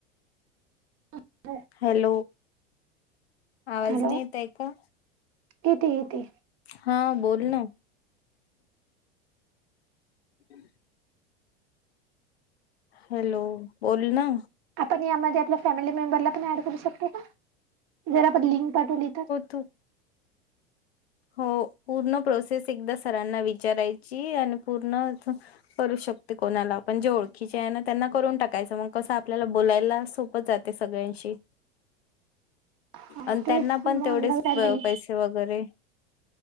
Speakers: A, on the right; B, on the left.
A: <unintelligible>
B: हॅलो आवाज
A: हॅलो
B: नाही येताय का?
A: येते येते.
B: हा बोल ना. हम् हॅलो बोल ना.
A: आपण यामध्ये आपल्या फॅमिली मेंबरला पण ॲड करू शकतो का जर आपण लिंक पाठवली तर?
B: थु हो पूर्ण प्रोसेस एकदा सरांना विचारायची आणि पूर्ण करू शकते कोणाला पण जे ओळखीचे आहे ना त्यांना करून टाकायचं मग कसं आपल्याला बोलायला सोप पच जाते सगळ्यांशी.
A: <unintelligible> <inaudible> हा
B: आन
A: तेच
B: त्यांना पण
A: म्हणलं
B: तेवढेच
A: फॅमिली
B: पै पैसे वगैरे